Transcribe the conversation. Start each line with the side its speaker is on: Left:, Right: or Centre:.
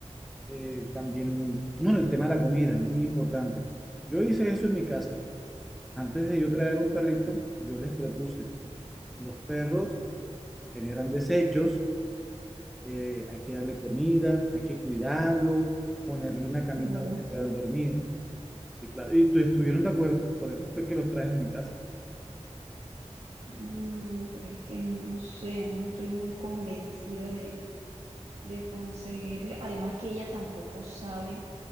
Centre: eh, también, bueno, el tema de la comida es muy importante. Yo hice eso en mi casa. Antes de yo traer un perrito, yo les propuse, los perros generan desechos, eh, hay que darle comida, hay que cuidarlo, ponerle una camita
Right: Claro.
Centre: donde puedan dormir. Sí, claro. Y tu- estuvieron de acuerdo, por eso fue que los traje a mi casa.
Right: No, pero es que no sé, no estoy muy convencida de, de conseguirle. Además que ella tampoco sabe